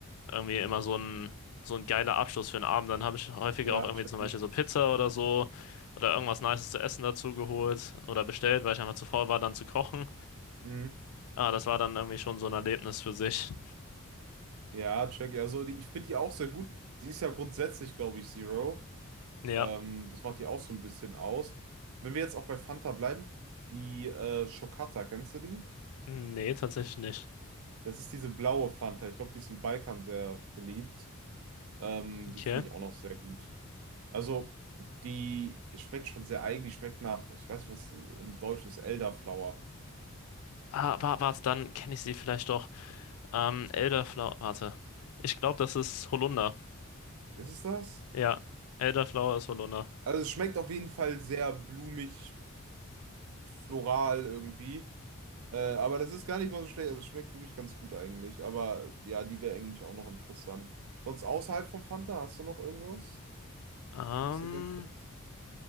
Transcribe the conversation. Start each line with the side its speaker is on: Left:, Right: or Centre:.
Left: irgendwie immer so ein, so ein geiler Abschluss für den Abend. Dann habe ich häufiger
Right: Ja,
Left: auch irgendwie
Right: check
Left: zum Beispiel
Right: ich.
Left: so Pizza oder so oder irgendwas Nices zu essen dazu geholt oder bestellt, weil ich einfach zu faul war, dann zu kochen.
Right: Mhm.
Left: ah das war dann irgendwie schon so ein Erlebnis für sich.
Right: Ja, check ich. Also die, ich finde die auch sehr gut. Sie ist ja grundsätzlich, glaube ich, Zero.
Left: Ja,
Right: Ähm, das macht die auch so ein bisschen aus. Wenn wir jetzt auch bei Fanta bleiben, die äh, Schokata, kennst du die?
Left: nee, tatsächlich nicht.
Right: Das ist diese blaue Fanta. Ich glaube, die ist im Balkan sehr beliebt. Ähm,
Left: Okay.
Right: die finde ich auch noch sehr gut. Also, die schmeckt schon sehr eigen. Die schmeckt nach, ich weiß nicht, was äh, im Deutsch ist, Elderflower.
Left: Ah, wa- warte, dann kenne ich sie vielleicht doch. Ähm, Elderflower, warte. Ich glaube, das ist Holunder.
Right: Ist es das?
Left: Ja, Elderflower ist Holunder.
Right: Also, es schmeckt auf jeden Fall sehr blumig, floral irgendwie. Äh, aber das ist gar nicht mal so schlecht. Also, es schmeckt wirklich ganz gut eigentlich. Aber ja, die wäre eigentlich auch noch interessant. Sonst außerhalb vom Fanta, hast du noch irgendwas,
Left: Ähm,
Right: was du gern trinkst?